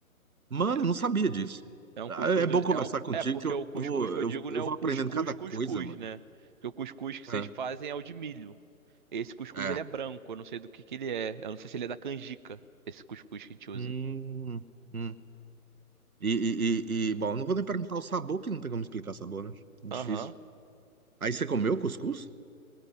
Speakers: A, on the right (about 75°); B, on the right (about 35°).
A: Mano,
B: É,
A: eu não sabia disso.
B: é um
A: Ah,
B: cuscuz
A: É
B: doce.
A: bom conversar
B: É, um...
A: contigo
B: é, porque
A: que eu
B: o cuscuz
A: vou,
B: que
A: eu,
B: eu digo
A: vou- eu
B: não é o
A: vou
B: cuscuz
A: aprendendo cada
B: cuscuz,
A: coisa, mano.
B: né? Porque o cuscuz que vocês
A: É,
B: fazem é o de milho. Esse cuscuz
A: é.
B: ele é branco, eu não sei do que que ele é. Eu não sei se ele é da canjica, esse cuscuz que a gente usa.
A: Hum, hum. E, e, e, e, bom, não vou nem perguntar o sabor, que não tem como explicar sabor, né? Difícil.
B: Aham,
A: Aí você comeu cuscuz?